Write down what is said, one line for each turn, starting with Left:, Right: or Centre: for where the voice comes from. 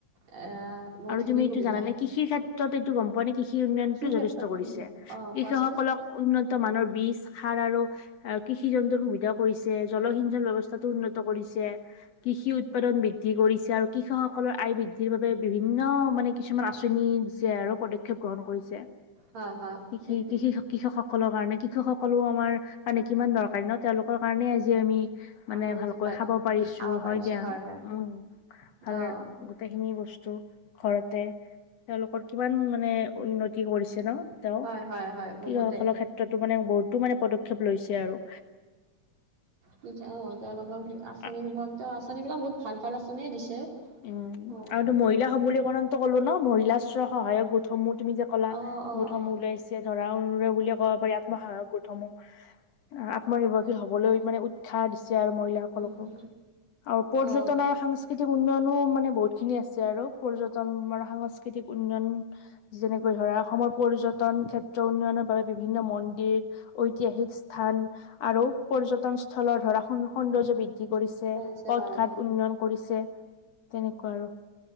Right: এ বহুতখিনি
Left: আৰু তুমি এইটো
Right: সুবিধা।
Left: জানানে কৃষিৰ ক্ষেত্ৰত এইটো গম পোৱা নে কৃষি কৃষি উন্নয়নতটো
Right: ক্ষেত্ৰত
Left: যথেষ্ট কৰিছে,
Right: উম। অ'
Left: কৃষকসকলক
Right: কোৱাচোন
Left: উন্নত মানৰ বিশ সাৰ আৰু আ, কৃষি জন্তৰ সুবিধাও কৰিছে জলসিঞ্চন ব্যৱস্থাতো উন্নত কৰিছে যে কৃষি উৎপাদন বৃদ্ধি কৰিছে আৰু কৃষকসকলৰ আয় বৃদ্ধিৰ বাবে বিভিন্ন মানে কিছুমান আঁচনি দিছে আৰু পদক্ষেপ গ্ৰহণ কৰিছে।
Right: হয় হয়
Left: কৃষি
Right: সেইটো
Left: - কৃষি - কৃষক সকলৰ কাৰণে কৃষক সকলো আমাৰ মানে কিমান দৰকাৰী ন' তেওঁলোকৰ কাৰণে আজি আমি মানে
Right: আমি আজি
Left: ভালকৈ
Right: পা
Left: খাব পাৰিছো
Right: খাব পাৰিছো
Left: হয়, দিয়া
Right: হয়।
Left: উম, ভাল
Right: অ'
Left: গোটেইখিনি বস্তু ঘৰতে তেওঁলোকৰ কিমান মানে উন্নতি কৰিছে ন? তেওঁ
Right: হয় হয় হয় বহুতে
Left: কৃষসকলৰ ক্ষেত্ৰতো মানে বহুতো মানে পদক্ষেপ লৈছে আৰু।
Right: পিঠা অ', তেওঁলোকৰ
Left: উম
Right: আঁচনি সোপা, তেওঁ আঁচনি বিলাক বহুত ভাল ভাল আচনিয়ে দিছে।
Left: উম,
Right: অ'
Left: আৰুটো মহিলা সবলীকৰণটো কলো ন' মহিলা স্ব সহায়ক গোটসমূহ তুমি যে ক'লা
Right: অ' অ'
Left: গোটসমূহ
Right: অ'
Left: উলাইছে ধৰা অনুৰ বুলিয়ে ক'ব পাৰি আত্মসহায়ক গোটসমূহ। আত্মনিৰ্ভৰশীল হবলৈ মানে উৎসাহ দিছে। মহিলাসকলকো
Right: উম হম
Left: আৰু পৰ্যটন
Right: অ'
Left: আৰু সাংস্কৃতিক উন্নয়নো মানে বহুত খিনি আছে আৰু পৰ্যটন সাংস্কৃতিক উন্নয়ন যেনেকৈ ধৰ অসমৰ পৰ্যটন ক্ষেত্ৰ উন্নয়নৰ বাবে বিভিন্ন মন্দিৰ ঐতিহাসিক স্থান আৰু পৰ্যটন স্থলৰ ধৰা স সৌন্দৰ্য বিদ্য কি কৰিছে,
Right: হয় আছে
Left: পদ
Right: হয়
Left: ঘাট
Right: হয়।
Left: উন্নয়ন কৰিছে তেনেকুৱা আৰু।